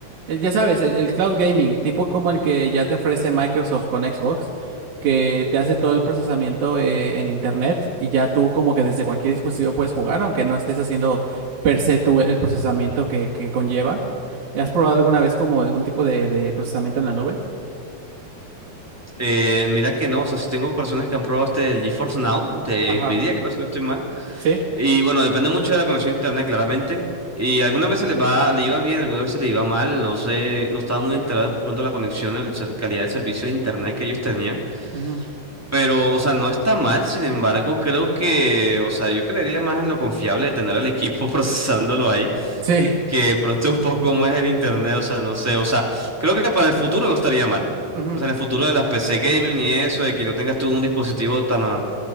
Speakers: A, on the right; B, in the centre.
A: el- ya sabes, el, el cloud gaming, tipo como el que ya te ofrece Microsoft con Xbox, que te hace todo el procesamiento eh, en internet y ya tú como que desde cualquier dispositivo puedes jugar, aunque no estés haciendo per se tú el procesamiento que que conlleva. ¿Has probado alguna vez como un tipo de, de procesamiento en la nube?
B: Eh, mira que no, o sea, si tengo personas que han probado este el GeForce Now, te
A: Ajá.
B: pedía, creo, si no estoy mal.
A: Sí.
B: Y bueno, depende mucho de la conexión a internet, claramente. Y algunas veces le va, le iba bien, algunas veces le iba mal, no sé, no estaba muy enterado de pronto la conexión, el ser- calidad de servicio de internet que ellos tenían.
A: Ujú,
B: Pero, o sea, no está mal, sin embargo, creo que, o sea, yo creería más en lo confiable de tener al equipo <laughs> procesándolo ahí.
A: Sí.
B: que de pronto un poco como es el internet, o sea, no sé, o sea, creo que para el futuro no estaría mal.
A: ujú,
B: O sea, en el futuro de las PC gaming y eso, de que no tengas tú un dispositivo tan ah,